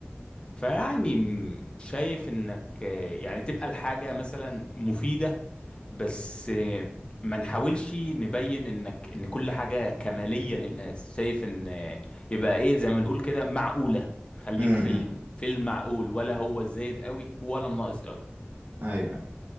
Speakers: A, on the left; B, on the right.
A: فيعني م- شايف انك آه، يعني تبقى الحاجة مثلا مفيدة بس آه، ما نحاولش نبين انك ان كل حاجة كمالية للناس شايف ان آه، يبقى ايه زي ما نقول كده معقولة خليك
B: امم
A: في الم- في المعقول ولا هو الزايد قوي ولا الناقص قوي
B: ايوه أيوة.